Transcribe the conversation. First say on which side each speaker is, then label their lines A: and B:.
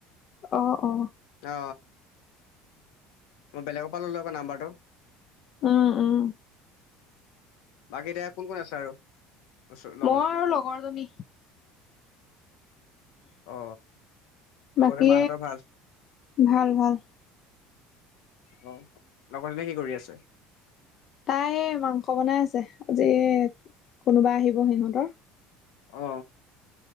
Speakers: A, on the left; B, on the left.
A: অ অ
B: অ মই বেলেগৰ পৰা ল'লো আক নাম্বাৰটো।
A: উম, উম
B: বাকী এতিয়া কোন কোন আছে আৰু, ওচ লগত
A: মই আৰু লগৰজনী
B: অ লগতে
A: বাকী
B: মাহঁতৰ ভাল?
A: ভাল ভাল।
B: অ লগৰজনীয়ে কি কৰি আছে?
A: তাই মাংস বনাই আছে আজি কোনোবা আহিব সিহঁতৰ।
B: অ